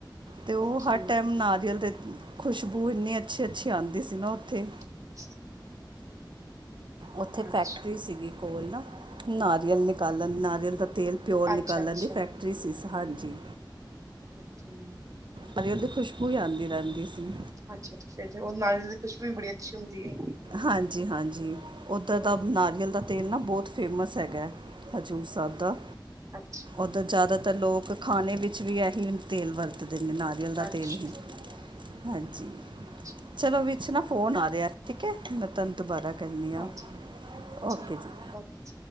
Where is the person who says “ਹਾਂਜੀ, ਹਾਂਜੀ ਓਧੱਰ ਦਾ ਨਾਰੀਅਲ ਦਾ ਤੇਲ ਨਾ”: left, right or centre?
Right